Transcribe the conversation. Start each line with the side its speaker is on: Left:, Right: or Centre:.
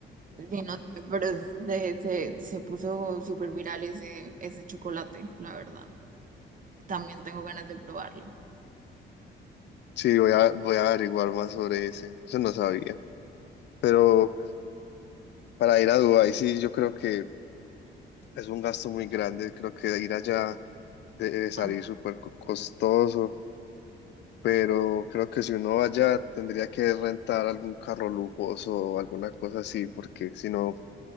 Right: sí, no sé, pero es se, se puso súper viral ese, ese chocolate, la verdad. También tengo ganas de probarlo.
Left: Sí, voy a, voy a averiguar más sobre ese. Eso no sabía. Pero para ir a Dubái, sí, yo creo que es un gasto muy grande. Creo que ir allá debe salir
Right: Ah,
Left: súper co- costoso. Pero creo que si uno va allá, tendría que rentar algún carro lujoso o alguna cosa así, porque si no,